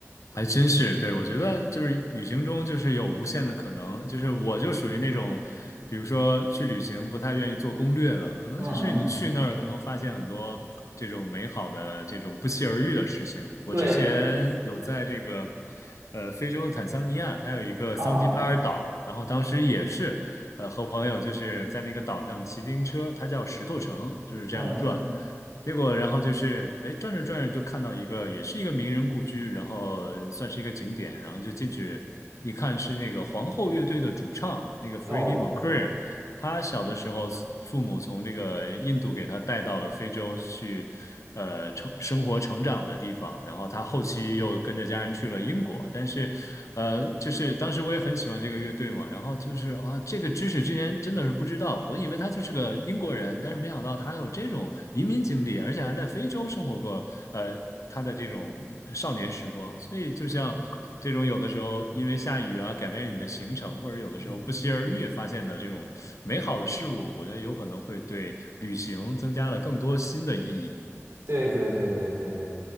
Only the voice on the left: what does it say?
还真是，对，我觉得就是旅行中就是有无限的可能，就是我就属于那种，比如说去旅行不太愿意做攻略的，可能就是你去那嗯儿可能发现很多这种美好的这种不期而遇的事情。
我之嗯前有在这个
呃非洲的坦桑尼亚，它有一个桑吉巴尔嗯岛，
然后当时也是呃和朋友就是在那个岛上骑自行车，它叫石头城，就是这样转。
结果，然后就是，哎，转着转着就看到一个，也是一个名人故居，然后呃算是一个景点，然后就进去一看，是那个皇后乐队的主唱，那个 Freddie
Mercury，他小的时候，父母从这个印度给他带到了非洲去，呃，成生活成长的地方。然后他后期又跟着家人去了英国。
但是，呃，就是当时我也很喜欢这个乐队嘛。然后就是啊，这个知识之前真的是不知道，我以为他就是个英国人，但是没想到他还有这种移民经历，而且还在非洲生活过，呃。他的这种少年时光。所以，就像这种有的时候因为下雨啊，
改变你的行程，或者有的时候不期而遇发现的这种美好的事物，
我觉得有可能会对旅行增加了更多新的意义。